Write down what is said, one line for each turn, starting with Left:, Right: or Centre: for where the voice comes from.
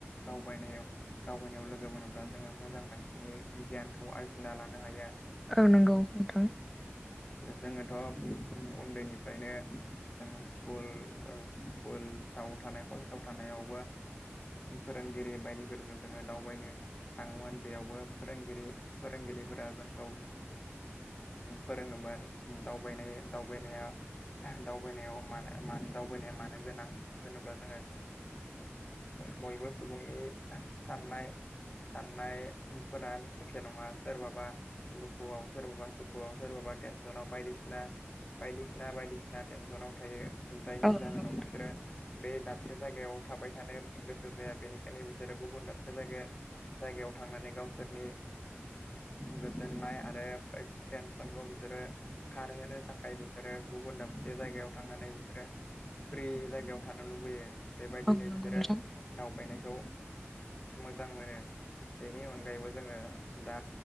Left: दावबायनायाव दावबायनायाव लोगो मोनोब्ला जोंङो मोजां मोनसिनि गियानखौ आरजिना लानो हायो आरो
Centre: औ नंगौ नोंथां
Left: जोंङोथ उन्दैनिफ्रायनो जोंङो स्कुल स्कुलाव थानाय कलेजाव थानायाव फोरोंगिरि बायदिफोरजों जोंङो दावबायनो थांङोमोन बेयावबो फोरोंगिरि फोरोंगिरिफोरा जोंखौ फोरोंङोमोन दावबायनाय दावबायनाया मदावबायनायाव मानो गोनां मानो होनोब्ला जोंङो बयबो सुबुंनि साननाय साननायफोरा एखे नंङा सोरबाबा दुखुआव सोरबाबा सुखुआव सोरबाबा तेनस बायदि बायदिसिना बायदिसिना तेनसनाव थायो जायनि
Centre: औ नंगौ
Left: जाहोनाव
Centre: नोंथां
Left: बिसोरो बे दाब दाबसे जायगायाव थाबाय थानो गोसो जाया बेनिखायनो बिसोरो गुबुन दाबसे जायगाया जायगायाव थांनानै गावसोरनि गोजोननाय आरो टेनसनखौ बिसोरो खारहोनो थाखाय बिसोरो गुबुन दाबसे जायगायाव थांनानै बिसोरो फ्रि जायगायाव थानो लुबैयो बेबायदिनो
Centre: औ नंगौ
Left: बिसोरो
Centre: नोंथां
Left: दावबायनायखौ मोजां मोनो बेनि अनगायैबो जोंङो दा